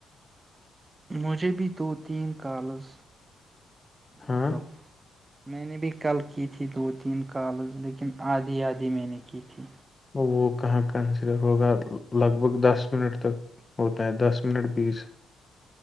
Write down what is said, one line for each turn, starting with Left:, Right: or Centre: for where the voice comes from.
Right: مجھے بھی دو تین کالز
Left: ہاں
Right: مطلب میں نے بھی کل کی تھی دو تین کالز لیکن آدھی آدھی میں نے کی تھی
Left: وہ کہاں کنسیڈر ہوگا لگ بھگ دس منٹ تک ہوتا ہے دس منٹ بیس